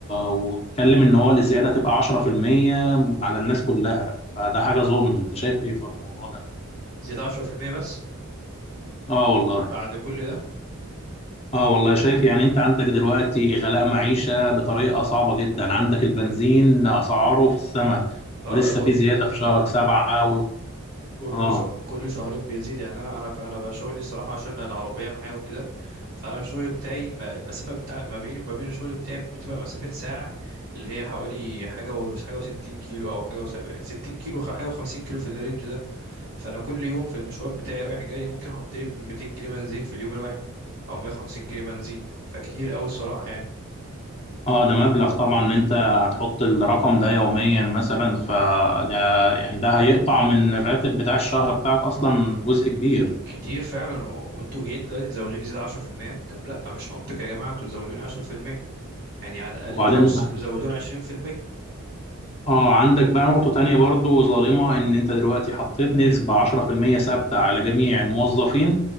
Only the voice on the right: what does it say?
زيادة عشرة في المية بس
بعد كل ده
اه
ده كو
كو
كل
ش... كل شهرين بيزيد يعني انا انا انا بقى شغلي الصراحه عشان العربيه معايا وكده فانا الشغل بتاعي ما- المسافه بتاع ما بيني وما بين الشغل بتاعي بتبقى مسافه ساعه اللي هي حوالي حاجه و... حاجه و60 كيلو او حاجه و70 60 كيلو حاجه و50 كيلو في الرينج ده فانا كل يوم في المشوار بتاعي رايح جاي ممكن احط لي 200 جنيه بنزين في اليوم الواحد او 150 جنيه بنزين فكتير قوي الصراحه يعني
اه
كتير فعلا و... وانتوا جايين دلوقتي تزودوني زياده 10% طب لا مش منطقي يا جماعه انتوا تزودوني 10% يعني على الاقل
خالص زودونا 20%